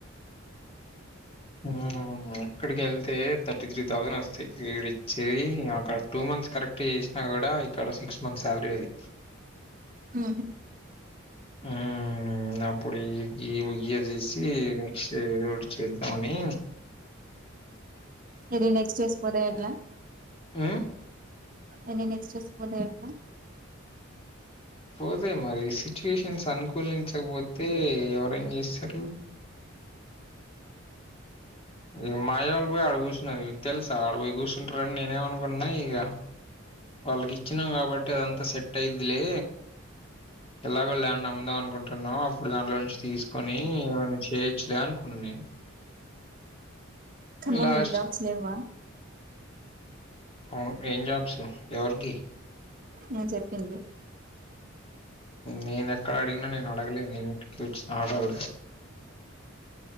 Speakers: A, on the left; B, on the right.
A: మ్ ఇక్కడికి వెళ్తే థర్టీ త్రీ థౌసండ్ వస్తాయి వీడిచ్చేది అక్కడ టూ మంత మంత్స్ కరెక్ట్ చేసినా కూడా ఇక్కడ సిక్స్ మంత్ సాలరీ అది
B: మ్ హు
A: మ్ మ్ అప్పుడు ఈ గి చేసి నెక్స్ట్ ఇయర్ ఏదోటి చేసి అని
B: ఇది నెక్స్ట్ ఏస్ పోతే ఎట్లా
A: ఆ
B: అ నెక్స్ట్ పోతాదేమో
A: పోతాయి మరి సిచ్యువేషన్స్ అనుకూలించకపోతే ఎవరేం చేస్తారు ఇక మా అయ్య వాళ్ళు పోయి ఆడ కూర్చున్నారు ఇ తెలుసా ఆడ పోయి కూర్చుంటారని నేనే మనుకుంటున్నా ఇగ వాళ్ళకి ఇచ్చినాం కాబట్టె అదంతా సెట్ అయిందిలే ఎలాగో ల్యాండ్ అమ్ముదాం అనుకుంటున్నాం అప్పుడు దాంట్లో నుంచి తీసుకొని ఏమైనా చేయచ్చులే అనుకున్నాను నేను
B: ఖమ్మం
A: లాస్ట్
B: ల ఏం జాబ్స్ లెవ్వా
A: అవును ఏం జాబ్స్ ఎవరికి
B: నేను చెప్పింది
A: నేనెక్కడ అడిగినా నేను అడగలే నేను ఇంటికి వచ్చిన అడగదు